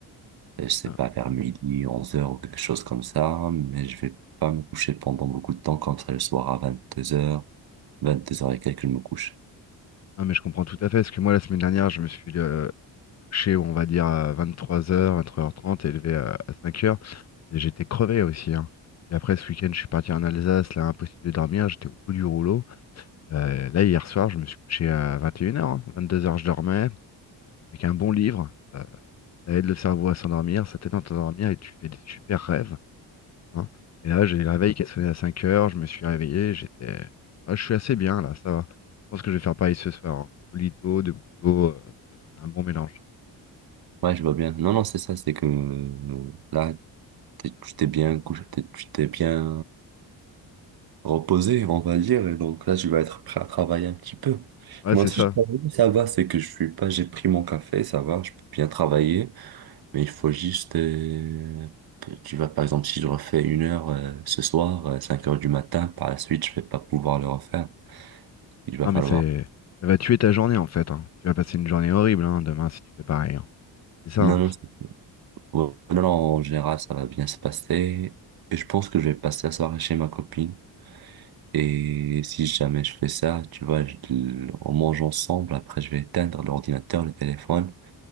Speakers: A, on the right; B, on the left.
A: Euh, Je sais
B: Ah
A: pas, vers midi, 11 heures ou quelque chose comme ça, mais je vais pas me coucher pendant beaucoup de temps, comme ça, le soir à vingt deux heures, vingt deux heures et quelques, je me couche.
B: non, mais je comprends tout à fait. Parce que moi, la semaine dernière, je me suis euh, couché, on va dire, à 23h, 23h30, et levé à, à 5 heures Et j'étais crevé aussi, hein. Puis après, ce week-end, je suis parti en Alsace, là, impossible de dormir, j'étais au bout du rouleau. Euh, là, hier soir, je me suis couché à 21h, 22h, je dormais, avec un bon livre. Ça, ça aide le cerveau à s'endormir, ça t'aide à t'endormir et tu fais des super rêves. hein. Et là, j'ai le réveil qui a sonné à 5 heures, je me suis réveillé, j'étais. Ah, je suis assez bien là, ça va. Je pense que je vais faire pareil ce soir. hein. Olito, Debuto, euh, c'est c'est un bon mélange.
A: Ouais, je vois bien. Non, non, c'est ça, c'est que euh, là, t'es- tu t'es bien couché, t'es- tu t'es bien reposé, on va dire, et donc là, je vais être prêt à travailler un petit peu.
B: Ouais,
A: Moi
B: c'est
A: aussi,
B: ça.
A: je travaille, ça va, c'est que je suis pas, j'ai pris mon café, ça va, je peux bien travailler. Mais il faut juste, euh, tu vois, par exemple, si je refais une heure euh, ce soir, euh, 5 heures du matin, par la suite, je vais pas pouvoir le refaire. Il va
B: Non,
A: falloir.
B: mais c'est. Ça va tuer ta journée en fait. hein. Tu vas passer une journée horrible hein, demain si tu fais pareil. hein. C'est ça.
A: Non,
B: hein.
A: non, c'est- ouais, non, non, en général, ça va bien se passer. Et je pense que je vais passer la soirée chez ma copine. Et si jamais je fais ça, tu vois, je- on mange ensemble. Après, je vais éteindre l'ordinateur, le téléphone.